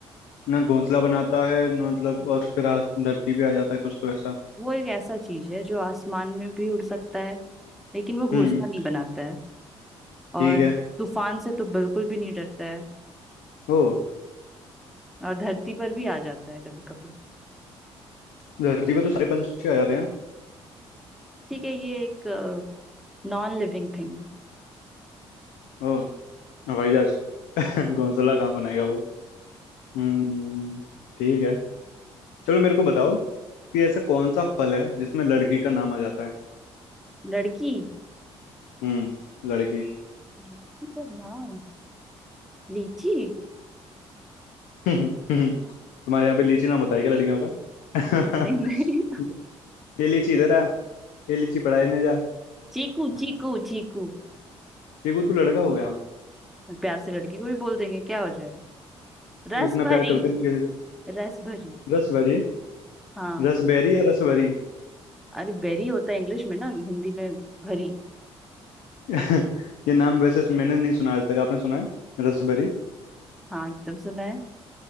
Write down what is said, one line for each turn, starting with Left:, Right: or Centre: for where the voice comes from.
Left: ना घोंसला बनाता है ना मतलब और फिर आ- धरती पे आ जाता है कुछ तो ऐसा
Centre: वो एक ऐसा चीज है जो आसमान में भी उड़ सकता है लेकिन वो घोंसला
Left: हम्म
Centre: नहीं बनाता है
Left: ठीक
Centre: और
Left: है
Centre: तूफान से तो बिल्कुल भी नहीं डरता है
Left: ओ
Centre: और धरती पर भी आ जाता है कभी कभी
Left: धरती पे तो सारे पंछी आ जाते हैं
Centre: ठीक है ये एक नॉन लिविंग थिंग है।
Left: ओ हवाई जहाज <laughs> घोंसला कहाँ बनाएगा वो हम्म ठीक है चलो मेरे को बताओ कि ऐसा कौन सा फल है जिसमें लड़की का नाम आ जाता है
Centre: लड़की
Left: हम्म लड़की
Centre: लड़की का नाम लीची
Left: <laughs> तुम्हारे यहाँ पे लीची नाम होता है क्या लड़कियों का
Centre: नहीं नहीं
Left: <laughs> ये लीची इधर आ ये लीची पढ़ाई नहीं जा
Centre: चीकू चीकू
Left: <laughs>
Centre: चीकू
Left: ये को तू लड़का हो गया
Centre: प्यार से लड़की को भी बोल देंगे क्या हो जाएगा रस
Left: इतना
Centre: भरी
Left: प्यार करते नहीं किसी से
Centre: रस भरी
Left: रस भरी
Centre: हाँ
Left: रस बेरी या रस भरी
Centre: अरे बेरी होता है इंग्लिश में ना हिंदी में भरी
Left: <laughs> ये नाम वैसे मैंने नहीं सुना आज तक आपने सुना है रस भरी
Centre: हाँ एकदम सुना है